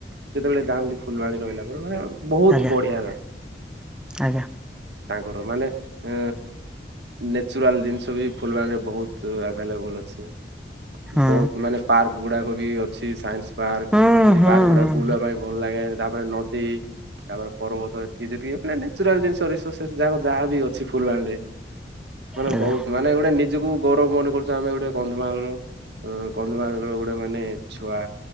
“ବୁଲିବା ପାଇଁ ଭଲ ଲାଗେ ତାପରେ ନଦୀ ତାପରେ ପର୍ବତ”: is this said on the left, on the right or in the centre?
Right